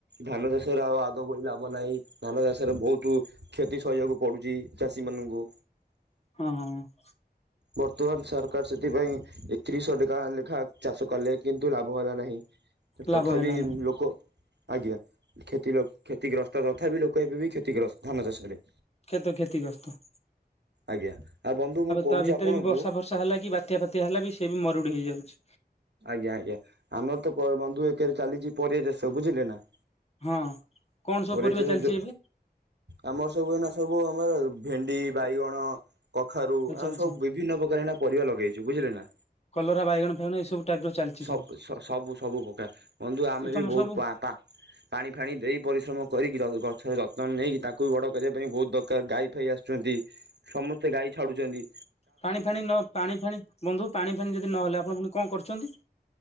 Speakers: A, on the right; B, on the left.
A: ଧାନ ଚାଷରେ ଆଉ ଆଗ ଭଳି ଲାଭ ନାହିଁ, ଧାନ ଚାଷରେ ବହୁତ କ୍ଷତି ସହିବାକୁ ପଡୁଚି ଚାଷୀମାନଙ୍କୁ।
B: ହଁ, ହଁ।
A: ବର୍ତ୍ତମାନ ସରକାର ସେଥିପାଇଁ ଏକତିରିଶହ ଟେକା ଲେଖା ଚାଷ କଲେ କିନ୍ତୁ ଲାଭ ହେଲା ନାହିଁ। ତଥାବି
B: ଲାଭ ହେଲା ନାହିଁ।
A: ଲୋକ ଆଜ୍ଞା କ୍ଷତି ଲୋକ କ୍ଷତିଗ୍ରସ୍ତ ତଥାପି ଲୋକ ଏବେବି କ୍ଷତିଗ୍ରସ୍ତ ଧାନ ଚାଷରେ।
B: ଖେତ କ୍ଷେତି ଗ୍ରସ୍ତ।
A: ଆଜ୍ଞା ଆଉ ବନ୍ଧୁ ମୁଁ କହୁଛି
B: ତା ଭିତରେ
A: ଆପଣଙ୍କୁ
B: ବି ବର୍ଷା ହେଲା କି ବାତ୍ୟା ଫାତ୍ୟା ହେଲା ବି ସିଏ ବି ମରୁଡି ହେଇଯାଉଛି।
A: ଆଜ୍ଞା ଆଜ୍ଞା, ଆମର ତ ପ ବନ୍ଧୁ ଏକରେ ଚାଲିଛି ପରିବାଚାଷ ବୁଝିଲେ ନା?
B: ହଁ କଣ ସବୁ
A: ପରିବାଚାଷ
B: ପରିବା ଚାଲିଛି
A: ଯୋଉ
B: ଏବେ
A: ଆମର ସବୁ ଏନା ସବୁ ଆମର ଭେଣ୍ଡି, ବାଇଗଣ କଖାରୁ
B: ଆଚ୍ଛା
A: ଆମେ
B: ଆଚ୍ଛା
A: ସବୁ ବିଭିନ୍ନ ପ୍ରକାର ଏଇନା ପରିବା ଲଗେଇଛୁ ବୁଝିଲେ ନା।
B: କଲରା ବାଇଗଣ ଫାଇଗଣ ଏଇ ସବୁ ଟାଇପ ର ଚାଲିଛି
A: ସବ୍
B: ସବୁ
A: ସ ସବୁ ସବୁ ପ୍ରକାର ବନ୍ଧୁ ଆମେ
B: ଏ ତମର
A: ବି ବହୁତ
B: ସବୁ
A: ପାତା ପାଣି ଫାଣି ଦେଇ ପରିଶ୍ରମ କରିକି ଗଛର ଯତ୍ନ ନେଇକି ତାକୁ ବି ବଡ଼ କରିବା ପାଇଁ ବହୁତ ଦରକାର ଗାଈ ଫାଇ ଆସୁଛନ୍ତି। ସମସ୍ତେ ଗାଈ ଛାଡୁଛନ୍ତି।
B: ପାଣି ଫାଣି ନ ପାଣି ଫାଣି ବନ୍ଧୁ ପାଣି ଫାଣି ଯଦି ନହେଲେ ଆପଣ ପୁଣି କଣ କରୁଛନ୍ତି?